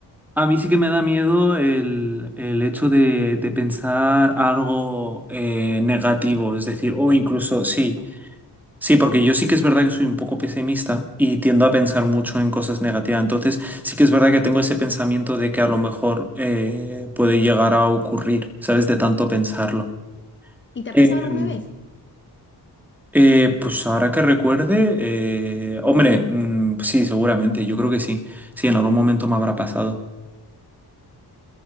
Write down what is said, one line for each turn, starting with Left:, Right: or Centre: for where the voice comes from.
Centre: a mí sí que me da miedo el, el hecho de, de pensar algo eh, negativo, es decir, o incluso, sí, sí, porque yo sí que es verdad que soy un poco pesimista y tiendo a pensar mucho en cosas negativas. Entonces, sí que es verdad que tengo ese pensamiento de que a lo mejor eh, puede llegar a ocurrir, ¿sabes? De tanto pensarlo.
Left: ¿Y te ha
Centre: Em,
Left: pasado alguna vez?
Centre: Eh, pues ahora que recuerde, eh, hombre, mm, sí, seguramente, yo creo que sí. Sí, en algún momento me habrá pasado.